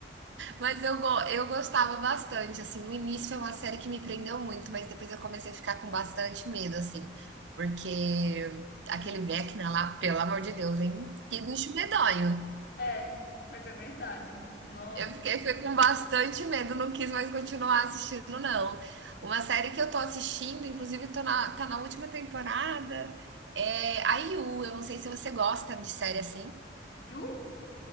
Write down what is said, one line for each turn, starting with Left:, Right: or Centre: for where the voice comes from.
Right: Mas eu, go- eu gostava bastante, assim, no início foi uma série que me prendeu muito, mas depois eu comecei a ficar com bastante medo, assim, porque
Left: Justo.
Right: aquele Vecna lá, pelo amor de Deus, hein? Que bicho medonho.
Left: É, mas é verdade. Nossa,
Right: Eu fiquei,
Left: é verdade.
Right: fiquei com bastante medo, não quis mais continuar assistindo, não. Uma série que eu tô assistindo, inclusive tô na, tá na última temporada, é a IU, eu não sei se você gosta de série assim.
Left: Yu?